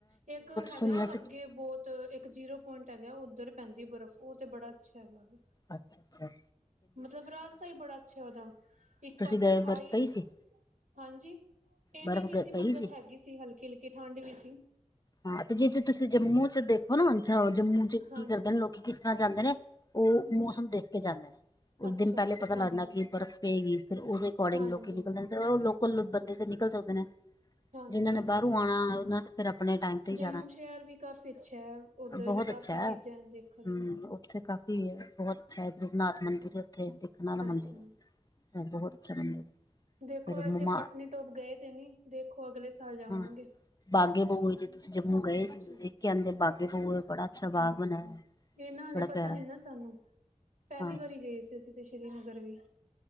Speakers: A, on the right (about 75°); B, on the left (about 30°).
A: ਏ ਇੱਕ ਹੈਗਾ
B: ਸੁਣਿਆ ਸੀ
A: ਅੱਗੇ ਬਹੁਤ ਇੱਕ ਜੀਰੋ ਪੁਆਇੰਟ ਹੈਗਾ ਉੱਧਰ ਪੈਂਦੀ ਬਰਫ਼ ਉਹ ਤੇ ਬੜਾ ਅੱਛਾ ਹੈਗਾ ਵੇ।
B: ਅੱਛਾ, ਅੱਛਾ।
A: ਮਤਲਬ ਰਾਸਤਾ ਹੀ ਬੜਾ ਅੱਛੈ ਉਹਦਾ ਇੱਕ
B: ਤੁਸੀਂ
A: ਪਾਸੇ
B: ਗਏ
A: ਖਾਈ
B: ਬਰਫ਼ ਪਈ ਸੀ
A: ਹਾਂਜੀ, ਇਹਨੀ
B: ਬਰਫ਼
A: ਨੀ ਸੀ ਮਤਲਬ
B: ਪਈ
A: ਹੈਗੀ ਸੀ ਹਲਕੀ, ਹਲਕੀ ਠੰਡ ਵੀ ਸੀ।
B: ਹਾਂ ਤੇ ਜੇ, ਜੇ ਤੁਸੀਂ ਜੰਮੂ ਚ ਦੇਖੋ ਨਾ ਜੰਮੂ ਚ ਕੀ
A: ਹਾਂਜੀ
B: ਕਰਦੇ ਨੇ ਲੋਕੀ ਕਿਸ ਜਾਂਦੇ ਨੇ ਉਹ ਮੌਸਮ ਦੇਖ ਕੇ ਜਾਂਦੇ ਨੇ। ਇਕ
A: ਅੱਛਾ
B: ਦਿਨ ਪਹਿਲੇ
A: ਅੱਛਾ
B: ਪਤਾ
A: ਹਾਂਜੀ
B: ਲੱਗ ਜਾਂਦਾ ਕਿ ਬਰਫ਼ ਪਏਗੀ ਫਿਰ ਉਹਦੇ ਅਕੋਡਿੰਗ
A: ਹਾਂਜੀ
B: ਲੋਕ ਨਿਕਲਦੇ ਨੇ। ਐ ਲੋਕਲ ਬੰਦੇ ਤੇ ਨਿਕਲ ਸਕਦੇ ਨੇ
A: ਹਾਂਜੀ
B: ਜਿਹਨਾਂ ਨੇ
A: ਇਹ
B: ਬਾਹਰੋਂ
A: ਤਾਂ ਹੈ
B: ਆਣਾ ਉਹਨਾਂ ਤੇ ਫਿਰ ਆਪਣੇ ਟਾਈਮ ਤੇ ਹੀ
A: ਜੰਮੂ
B: ਜਾਣਾ
A: ਸ਼ਹਿਰ ਵੀ ਕਾਫ਼ੀ ਅੱਛਾ ਹੈ ਉੱਧਰ
B: ਬਹੁਤ
A: ਵੀ
B: ਅੱਛਾ
A: ਕਾਫੀ ਚੀਜ਼ਾਂ ਹੈ ਦੇਖਣ ਨੂੰ।
B: ਹਮ ਉੱਥੇ ਕਾਫ਼ੀ ਬਹੁਤ ਅੱਛਾ ਹੈ ਰਘੁਨਾਥ ਮੰਦਿਰ ਹੈ ਉੱਥੇ ਦੇਖਣ ਵਾਲਾ ਮੰਦਿਰ
A: ਅੱਛਾ
B: ਹੈ। ਬਹੁਤ ਅੱਛਾ ਮੰਦਿਰ ਹੈ।
A: ਦੇਖੋ
B: ਫਿਰ
A: ਵੈਸੇ
B: ਮਮਾ
A: ਪਤਨੀਟੋਪ ਗਏ ਤੇ ਨੀ, ਦੇਖੋ ਅਗਲੇ ਸਾਲ ਜਾਵਾਂਗੇ।
B: ਹਾਂ ਬਾਗੇ ਬਊਏ ਜੇ ਤੁਸੀਂ ਜਮੂ
A: ਅੱਛਾ
B: ਗਏ
A: ਅੱਛਾ
B: ਸੀ ਦੇਖਕੇ ਆਂਦੇ ਬਾਗੇ ਬਹੂ ਬੜਾ ਬਾਗ
A: ਅੱਛਾ,
B: ਬਣਿਆ ਹੋਇਆ
A: ਇਹਨਾਂ ਹਲੇ
B: ਬੜਾ ਪਿਆਰਾ
A: ਪਤਾ ਨੀ ਨਾ ਸਾਨੂੰ ਪਹਿਲੀ
B: ਹਾਂ
A: ਵਾਰੀ ਗਏ ਸੀ। ਤੁਸੀਂ ਤੇ ਸ਼੍ਰੀਨਗਰ ਵੀ